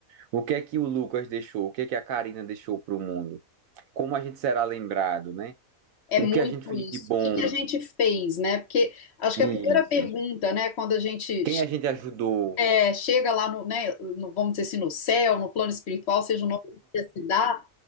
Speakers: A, on the right; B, on the left.
A: O que é que o Lucas deixou? O que é que a Karina deixou para o mundo? Como a gente será lembrado, né?
B: É
A: O
B: muito
A: que a gente fez
B: isso.
A: de bom?
B: O que que a gente fez, né? Porque acho
A: Isso.
B: que a primeira pergunta, né, quando a gente
A: Quem a gente ajudou?
B: é, chega lá no, né, no- vamos dizer assim, no céu, no plano espiritual, seja o nome que você se dá,